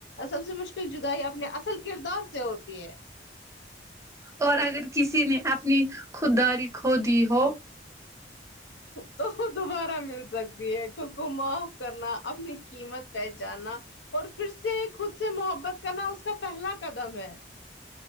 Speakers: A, on the left; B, on the right.
A: سب سے مشکل جدائی اپنے اصل کردار سے ہوتی ہے
B: اور اگر کسی نے اپنی خود داری کھو دی ہو
A: تو دوبارہ مل سکتی ہے خود کو معاف کرنا اپنی قیمت پہچانا اور پھر سے خود سے محبت کرنا اس کا پہلا قدم ہے